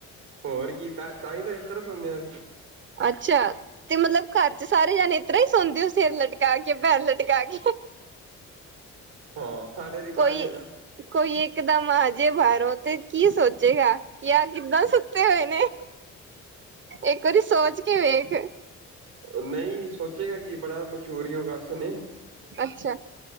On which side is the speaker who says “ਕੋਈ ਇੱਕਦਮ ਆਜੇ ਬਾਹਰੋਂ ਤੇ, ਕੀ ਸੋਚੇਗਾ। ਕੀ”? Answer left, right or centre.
Right